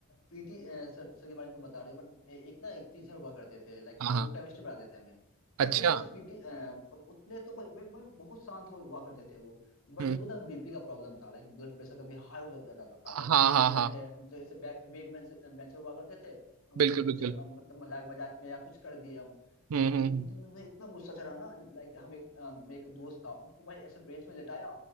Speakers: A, on the left; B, on the right.
A: पीटी सर सर के बारे में तुम बता रहे हो बट एक ना एक टीचर हुआ करते थे लाइक
B: हाँ
A: वो
B: हाँ
A: केमिस्ट्री पढ़ाते थे हमें
B: अच्छा
A: बट वो ऐसे पीटी उतने तो वो- वो- वो बहुत शांत हु- हुआ करते थे वो बट
B: हम्म
A: उनको ना बीपी का प्रॉब्लम था लाइक ब्लड प्रेशर कभी हाई हो जा- जाता था
B: हाँ
A: लाइक कोई
B: हाँ
A: स्टूडेंट
B: हाँ
A: है हम जो ऐसे बैक बैक बेंचर हुआ करते थे हम
B: बिल्कुल
A: ऐसे कुछ
B: बिल्कुल
A: अ, मतलब मजाक मजाक में या कुछ कर दिए हम
B: हम्म
A: तो भाई
B: हम्म हम्म।
A: एक दिन उन्हें इतना गुस्सा चढ़ा ना लाइक हम एक अ, मेरा एक दोस्त था उनको भाई ऐसे बेंच में लेटाया